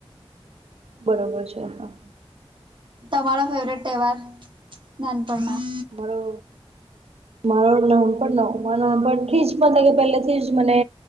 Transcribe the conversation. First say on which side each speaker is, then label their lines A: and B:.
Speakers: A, on the right; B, on the right.
A: બરોબર છે, હા.
B: તમારો ફેવરેટ તહેવાર, નાનપણમાં?
A: મારો મારો નામપણનો નાનપણથી જ પણ પહેલે થી જ મને